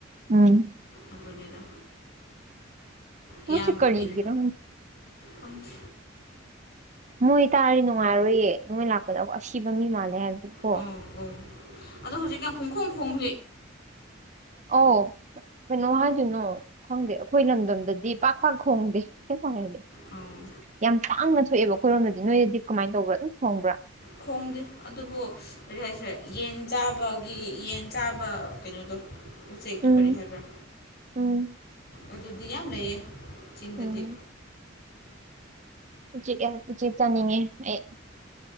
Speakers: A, on the right (about 35°); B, on the left (about 55°).
A: ꯎꯝ
B: ꯑꯗꯨꯅꯤꯗ ꯏꯌꯥꯝꯕ
A: ꯃꯣ ꯁꯤ ꯀꯒꯔꯣ
B: ꯑꯩ ꯈꯪꯗꯦ
A: ꯃꯣꯏ ꯇꯔ ꯅꯨꯡꯉꯥꯏꯔꯣꯏꯌꯦ ꯅꯣꯏ ꯂꯥꯛꯄꯗ ꯑꯁꯤꯕ ꯃꯤ ꯃꯥꯜꯂꯦ ꯍꯥꯏꯕꯁꯨ ꯀꯣ
B: ꯑꯧ ꯑꯧ ꯑꯗꯣ ꯍꯧꯖꯤꯛꯀ ꯄꯨꯡꯈꯣꯡ ꯈꯣꯡ
A: ꯑꯣ ꯃꯅꯣꯍ ꯀꯩꯅꯣ ꯈꯪꯗꯦ ꯑꯩꯈꯣꯏ ꯂꯝꯗꯝꯗꯗꯤ ꯄꯥꯛ ꯄꯥꯛ ꯈꯣꯡꯗꯦ ꯋꯥꯔꯗꯤꯦ
B: ꯑꯧ
A: ꯌꯥꯝ ꯇꯥꯡꯅ ꯊꯣꯛꯑꯦꯕꯀ ꯀꯣꯏꯔꯣꯝꯅꯗꯤ ꯅꯣꯏꯗꯗꯤ ꯀꯃꯥꯏꯅ ꯇꯧꯕ ꯑꯗꯨꯝ ꯐꯣꯡꯕ꯭ꯔꯥ
B: ꯈꯣꯡꯗꯦ ꯑꯗꯨꯕꯨ ꯀꯔꯤ ꯍꯥꯏꯁꯤꯔꯦ ꯌꯦꯟ ꯆꯥꯕꯒꯤ ꯌꯦꯟ ꯆꯥꯕ ꯀꯩꯅꯣꯗꯣ ꯎꯆꯦꯛꯇꯣ
A: ꯎꯝ
B: ꯀꯔꯤ ꯍꯥꯏꯕ꯭ꯔꯥ
A: ꯎꯝ
B: ꯑꯗꯨꯗꯤ ꯌꯥꯝ ꯂꯩꯌꯦ ꯆꯗꯗꯤ
A: ꯎꯝ ꯎꯆꯦꯛ ꯎꯆ ꯆꯥꯅꯤꯡꯉꯤ ꯑꯩ